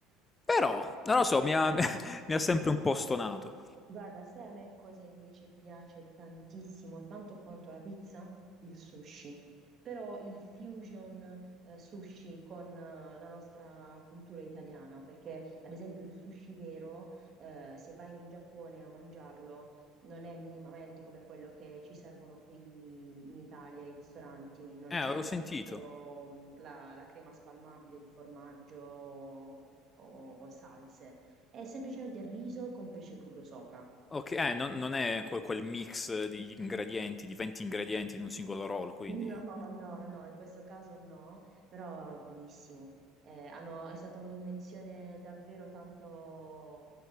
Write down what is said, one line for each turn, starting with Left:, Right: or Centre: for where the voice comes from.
Left: Però, non lo so, mi ha, <laughs> mi ha sempre un po' stonato.
Right: Guarda, sai a me cosa invece piace tantissimo, tanto quanto la pizza? Il sushi. Però il fusion eh, sushi con eh, la nostra cultura italiana, perché ad esempio il sushi vero, eh, se vai in Giappone a mangiarlo, non è minimamente come quello che ci servono qui in Italia, i ristoranti. Non
Left: Eh,
Right: c'è
Left: avevo
Right: ad
Left: sentito.
Right: esempio mh, la, la crema spalmabile di formaggio o o salse. È semplicemente riso con pesce crudo sopra.
Left: Ok, eh, non, non è quel, quel mix di ingredienti, di 20 ingredienti in un singolo roll, quindi...
Right: No, No, no, in questo caso no, però è buonissimo. Eh, hanno- è stata un'invenzione davvero tanto